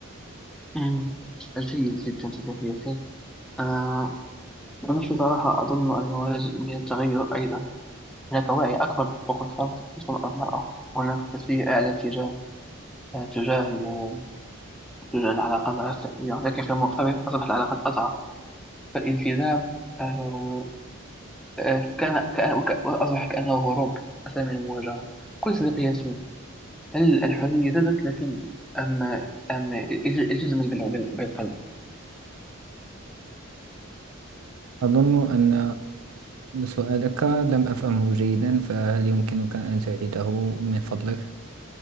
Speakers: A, in the centre; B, on the right.
A: مم. جيد جدا صديقي ياسين آه أنا في صراحة أظن أنه جزء من التغير أيضا هناك وعي أكبر بحقوق الفرد خصوصا المرأة وهناك تسوية أعلى تجاه آه، تجاه ال- تجاه العلاقات غير صحية لكن في المقابل أصبحت العلاقات أضعف فالالتزام آه، آه، كان كان- وك- وأصبح كأنه هروب أسهل من المواجهة كل مقياسين هل الحرية زادت لكن أم أم الج- التزمت بال- بال- بالقلب
B: أظن أن سؤالك لم أفهمه جيدا فهل يمكنك أن تعيده من فضلك؟